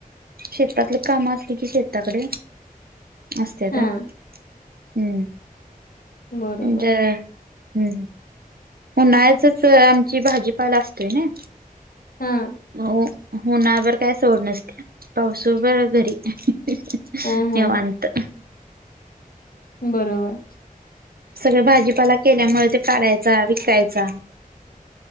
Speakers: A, on the right; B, on the left.
A: शेतातले काम असले कि शेताकडे असतेत,
B: हा
A: हू.
B: बरोबर
A: <unintelligible> ह, उन्हाळ्याचच आमची भाजीपाला असतोय ना.
B: हा
A: अ. उन्हावर काय सोड नसते <unintelligible> घरी. <unintelligible>
B: हा हा
A: निवांत.
B: बरोबर.
A: सगळ भाजीपाला केल्यामुळे ते काढायचा विकायचा.